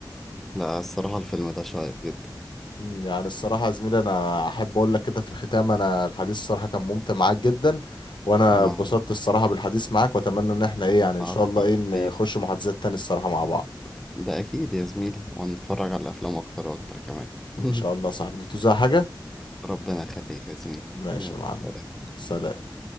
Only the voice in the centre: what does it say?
لا الصراحه الفيلم ده شيق جدا
وانا
والله
اكتر
حبيب
ده اكيد يا زميلي وهنتفرج على الافلام اكتر واكتر كمان
<laughs>
ربنا يخليك يا زميلي
يلا
سلام